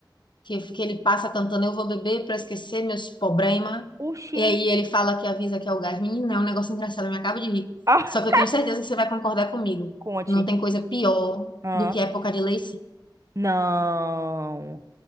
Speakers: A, on the left; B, on the right.
A: que, que ele passa cantando Eu vou beber pra esquecer meus problemas.
B: Oxi.
A: E aí ele fala que avisa que é o gás. Menina, é um negócio engraçado, eu me acabo de rir.
B: <laughs>
A: Só que eu tenho certeza que você vai concordar comigo.
B: Conte.
A: Não tem coisa pior
B: Ah,
A: do que época de Leicina.
B: não.